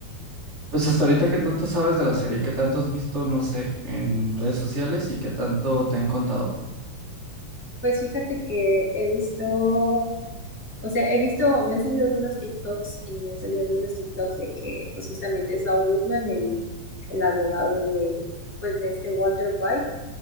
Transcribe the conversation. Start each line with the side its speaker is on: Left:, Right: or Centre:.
Right: Pues hasta ahorita, ¿qué tanto sabes de la serie? ¿Qué tanto has visto, no sé, en redes sociales y qué tanto te han contado?
Centre: Pues fíjate que he visto, o sea, he visto, me han salido algunos TikToks y me han salido algunos TikToks de que, pues justamente es Saul Goodman, el, el abogado de, pues de este Walter White,